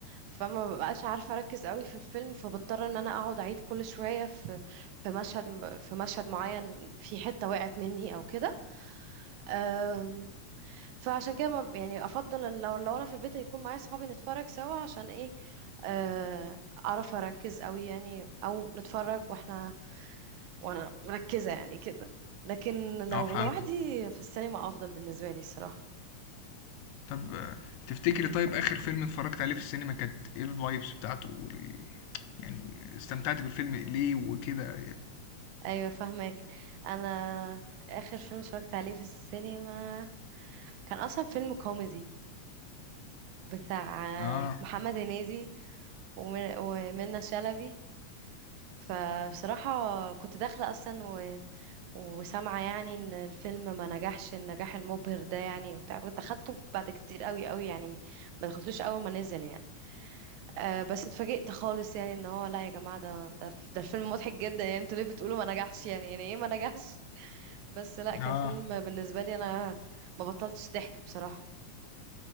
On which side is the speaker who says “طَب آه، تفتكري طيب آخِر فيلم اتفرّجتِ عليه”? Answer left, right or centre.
Left